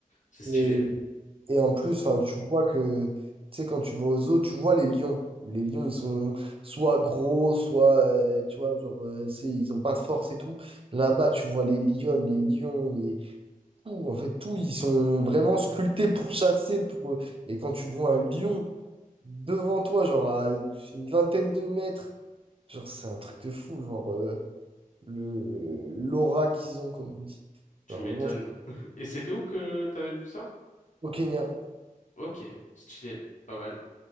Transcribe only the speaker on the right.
Ouais. Et en plus, enfin, tu vois que, tu sais, quand tu vas aux zoos, tu vois les lions. Les lions, ils sont soit gros, soit, euh, tu vois, genre, euh, c'est, ils ont pas de force et tout. Là-bas, tu vois les lions, les lions, les... tout, en fait, tout, ils sont vraiment sculptés pour chasser. Pour... Et quand tu vois un lion devant toi, genre à une vingtaine de mètres, genre, c'est un truc de fou, genre, euh, le, le- l'aura qu'ils ont, comme on dit.
Genre,
vraiment, c'est-
au Kenya.